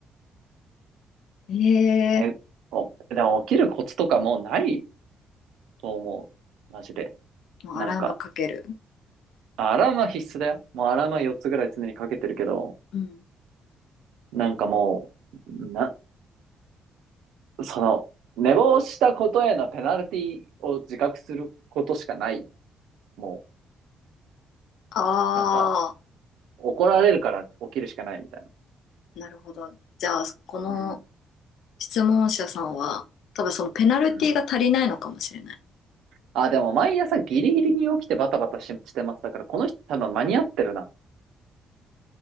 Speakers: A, on the left; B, on the right.
A: ええ
B: え、お、でも起きるコツとかもうないと思う。マジで。
A: もうアラームかける。
B: なんか、アラームは必須だよ。もうアラームは4つぐらい常にかけてるけど、
A: うん。
B: なんかもう、な、その、寝坊したことへのペナルティを自覚することしかない。も
A: あ
B: う、なんか、
A: あ、
B: 怒られるから起きるしかないみたいな。
A: なるほど。じゃあ、この
B: うん。
A: 質問者さんは、多分そのペナルティが足りないのかもしれない。
B: うん。あ、でも毎朝ギリギリに起きてバタバタし、してます。だからこの人多分間に合ってるな。